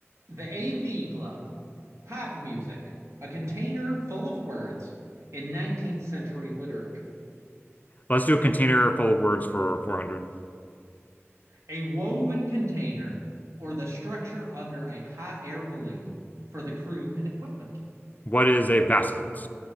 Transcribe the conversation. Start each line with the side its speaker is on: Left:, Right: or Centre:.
Right: the AV Club, pop music, a container full of words in nineteenth century literature,
Left: Let's do a container full of words for 400.
Right: a woven container, or the structure under a hot air balloon for the crew and equipment.
Left: What is a basket?